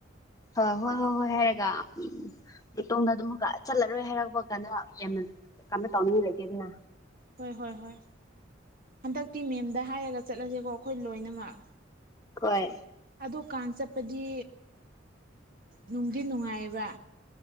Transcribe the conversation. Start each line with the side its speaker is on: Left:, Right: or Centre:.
Left: ꯑ ꯍꯣꯏ ꯍꯣꯏ ꯍꯣꯏ ꯍꯥꯏꯔꯒ ꯎꯝ ꯏꯇꯣꯝꯗ ꯑꯗꯨꯃꯛꯀ ꯆꯠꯂꯔꯣꯏ ꯍꯥꯏꯔꯛꯄ ꯀꯥꯟꯗ ꯌꯥꯝꯅ ꯀꯩꯅꯣ ꯇꯧꯅ ꯃꯤ ꯂꯩꯇꯦ ꯑꯗꯨꯅ
Right: ꯍꯣꯏ ꯍꯣꯏ ꯍꯣꯏ ꯍꯟꯗꯛꯇꯤ ꯃꯦꯝꯗ ꯍꯥꯏꯔꯒ ꯆꯠꯂꯖꯤꯀꯣ ꯑꯩꯈꯣꯏ ꯂꯣꯏꯅꯃꯛ
Left: ꯍꯣꯏ
Right: ꯑꯗꯨ ꯀꯥꯡ ꯆꯠꯄꯗꯤ ꯅꯨꯡꯗꯤ ꯅꯨꯡꯉꯥꯏꯌꯦꯕ